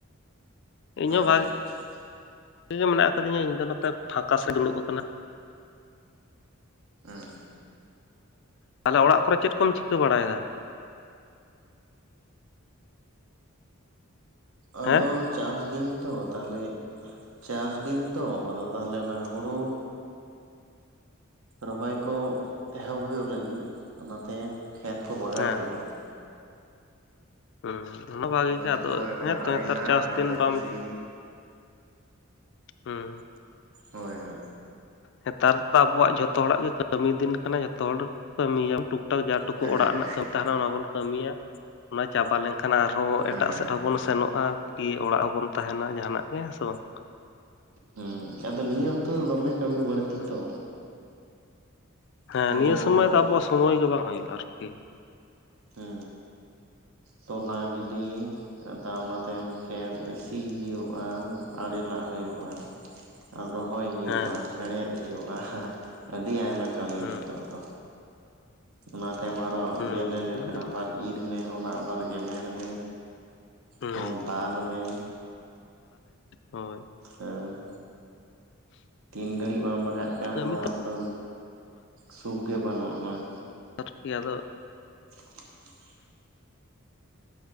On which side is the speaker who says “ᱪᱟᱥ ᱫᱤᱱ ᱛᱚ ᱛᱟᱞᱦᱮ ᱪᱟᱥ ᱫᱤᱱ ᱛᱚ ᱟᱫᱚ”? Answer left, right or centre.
Right